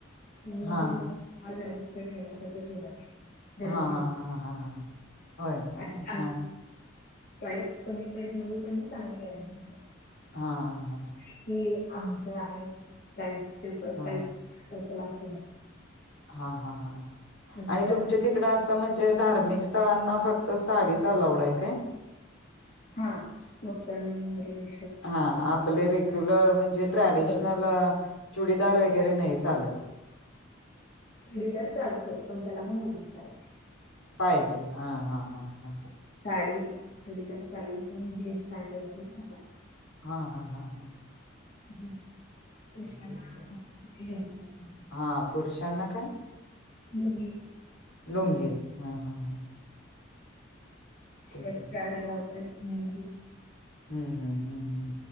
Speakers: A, on the left; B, on the left.
A: म्हणजे
B: हा
A: म आजार नसत ठेवला सारळं ठेवलाच धर्मछत्र
B: हा हा हा हा हा होय काय
A: आणि
B: हा
A: प्राईस कमी प्रज पण चांगली गॅरंटी
B: हा हा हा
A: कि आमच्या आहे प्रास ते प्राईस
B: हा
A: असल असं नाही
B: हा हा हा
A: म्हणजे सर्व
B: आणि तुमच्या तिकड म्हणजे धार्मिक स्थळांना फक्त साडी चालवड आहे काय
A: हा गुरकर मुरडे
B: हा आपले रेग्युलर म्हणजे ट्रॅडिशनल
A: बरोबर
B: चुडीदार वगैरे नाही चालत
A: चिडीदार चालतो पण त्याला भा उणी करायची
B: पाहिजे हा हा हा हा
A: साडी सुुडीदार चालली पण जीन्स स्टवणार
B: हा हा हा हा
A: ह पुरुषांना
B: ठीक आहे.
A: ललं पाहिजे
B: हा पुरुषांना काय
A: लंगंगी
B: लुंगंगी हा हां ह
A: शवट
B: की
A: काढायलातात मंदी
B: हम्म हम्म हम्म